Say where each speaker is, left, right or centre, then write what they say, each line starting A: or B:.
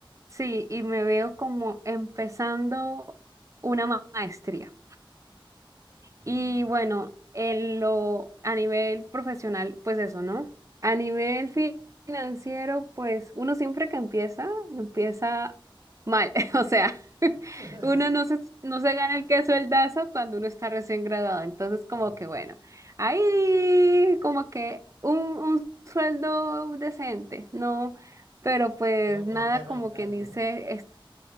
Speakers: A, on the right; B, on the right.
A: sí, y me veo como empezando una ma- maestría.
B: muy
A: Y
B: bien.
A: bueno, en lo, a nivel profesional, pues eso, ¿no? A nivel fi- financiero, pues uno siempre que empieza, empieza mal. <laughs> O sea, <laughs>
B: <laughs>
A: uno no se, no se gana el queso dazo cuando uno está recién graduado. Entonces,
B: Claro,
A: como que bueno, ahí como que un, un sueldo decente, ¿no? Pero pues
B: algo con
A: nada
B: que arrancar,
A: como quien dice,
B: ¿no?